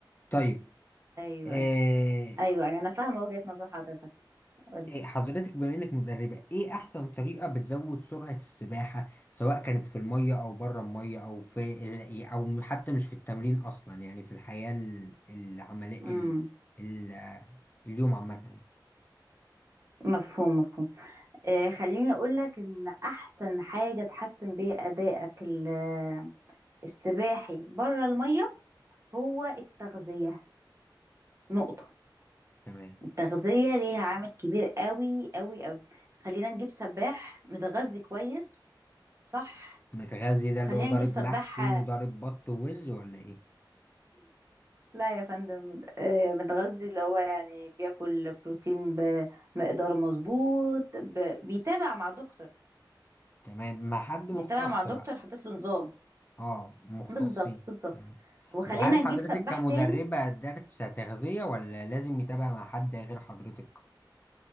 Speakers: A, on the left; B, on the right.
A: طيب
B: ايوه
A: آه،
B: ايوه أيوه، انا فاهمة وجهة نظر حضرتك قولي
A: إيه حضرتك بما انك مدربة ايه احسن طريقة بتزود سرعة السباحة سواء كانت في المية او بره المية او في ال... او حتى مش في التمرين اصلا يعني في الحياة ال- العملية ال...
B: مم.
A: ال... اليوم عامة يعني.
B: مفهوم مفهوم آه، خليني اقول لك ان احسن حاجه تحسن بيها ادائك ال- السباحي بره الميه هو التغذيه نقطه
A: تمام
B: التغذيه ليها عامل كبير قوي قوي قوي خلينا نجيب سباح متغذي كويس صح
A: متغذي ده
B: وخلينا
A: اللي هو ضارب
B: نجيب سباح
A: محشي وضارب بط ووز ولا ايه
B: لا يا فندم آه، متغذي اللي هو يعني بياكل بروتين بمقدار مظبوط ب... بيتابع مع دكتور
A: تمام مع حد
B: بيتابع
A: مختص
B: مع دكتور
A: بقى
B: حاطط له نظام
A: اه مختصين
B: بالظبط بالظبط
A: تمام
B: وخلينا
A: وهل حضرتك
B: نجيب سباح
A: كمدربة
B: تاني
A: درس تغذية ولا لازم يتابع مع حد غير حضرتك